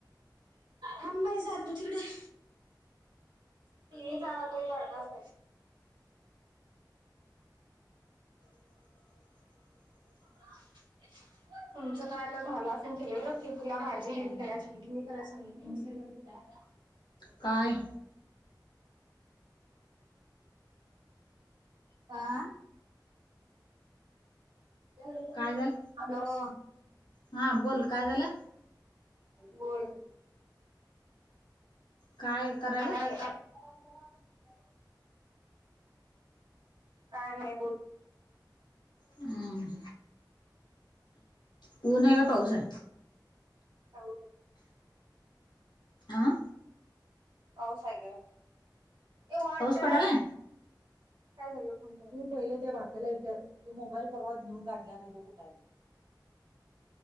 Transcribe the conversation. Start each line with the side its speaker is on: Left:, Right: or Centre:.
Right: हम नाही जा तू तिकडं. <unintelligible>
Left: <inaudible>
Right: <inaudible> तुमचं काय तर झाला असेल सगळं की तुला भाजी कराय सांगितली हे कराय सांगितली. <unintelligible>
Left: काय?
Right: कां हॅलो.
Left: काय झालं हा बोल काय झालं?
Right: बोल.
Left: काय करायला
Right: <unintelligible> काय नाही बोल.
Left: उम्म पुन नाही का पाऊस आहे?
Right: <unintelligible>
Left: आं
Right: पाऊस आहे गं ए वाटर
Left: पाऊस पडालाय
Right: काय झालं फोन करायला तु पहिले त्या भात्याला विचार तू मोबाईल परवा नेऊन गाढला नाही तो कुठं आहेत.